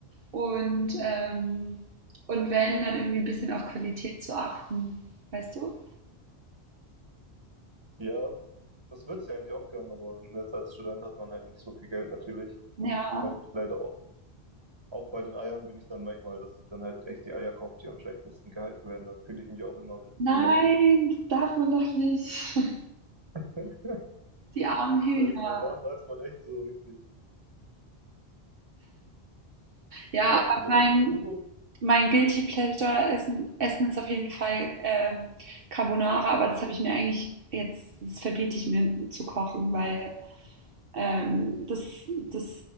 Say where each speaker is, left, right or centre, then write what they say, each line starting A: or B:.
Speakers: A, on the right; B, on the right.
A: und, ähm, und wenn, dann irgendwie ein bisschen auf Qualität zu achten, weißt du?
B: Ja, das würde ich eigentlich auch gern, aber jetzt als Student hat man halt nicht so viel Geld natürlich. Hm,
A: Ja,
B: Kaufe ich leider auch. Auch bei den Eiern bin ich dann manchmal, dass ich dann halt echt die Eier kaufe, die am schlechtesten gehalten werden. Dann fühle ich mich auch immer richtig
A: nein,
B: elendig.
A: das darf man doch nicht. <laughs>
B: <laughs>
A: Die armen Hühner.
B: Weißt du, da, da ist man echt so richtig
A: Ja,
B: Ja,
A: aber
B: der
A: mein,
B: was kochst du so?
A: Mein Guilty Pleasure Essen, Essen ist auf jeden Fall ähm, Carbonara, aber das habe ich mir eigentlich jetzt, das verbiete ich mir zu kochen, weil ähm, das, das